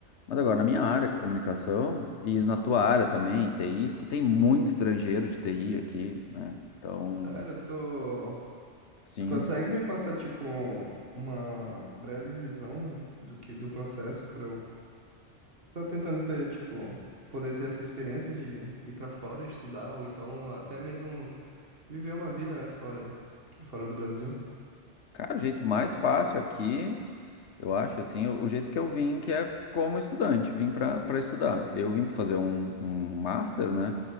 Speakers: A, on the left; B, on the right.
A: Mas agora, na minha área, comunicação, e na tua área também, TI, porque tem muito estrangeiro de TI aqui, né? Então,
B: Sério, tu,
A: sim.
B: tu consegue me passar, tipo, uma breve visão do que do processo para eu Tá tentando ter, tipo, poder ter essa experiência de ir pra fora estudar, ou então até mesmo viver uma vida, né, fora aí, fora do Brasil.
A: Cara, o jeito mais fácil aqui, eu acho, assim, o o jeito que eu vim, que é como estudante, vim para para estudar. Eu vim para fazer um, um master, né?